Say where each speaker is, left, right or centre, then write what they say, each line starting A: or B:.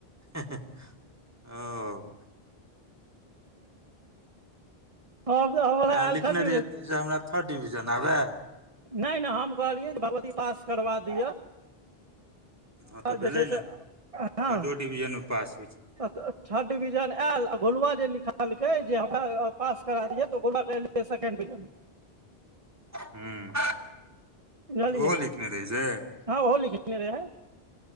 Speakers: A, on the right; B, on the right.
A: हे हे। ओ
B: हँ हला
A: तऽ अहाँ लिखने
B: आल छटमे
A: रहियै
B: <unintelligible>
A: जे हमरा थर्ड डिविजन आबै।
B: नहि नहि, हम कहलियै जे भगवती पास करबा दिअ।
A: हँ, तऽ भेलै
B: जे छै
A: ने,
B: से हँ
A: थर्ड डिविजनमे पास होइ छै।
B: थर्ड डिविजन आयल, आ गोलुआ जे लिखलक जे हमरा पास करा दियौ तऽ गलु। Second division.
A: हँ,
B: बुझलियै
A: ओहो लिखने रहै छै।
B: हँ ओहो लिखने रहे है